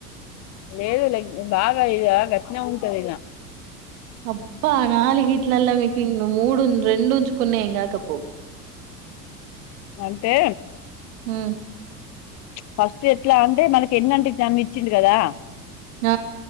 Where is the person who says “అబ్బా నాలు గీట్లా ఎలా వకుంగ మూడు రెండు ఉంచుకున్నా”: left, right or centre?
Right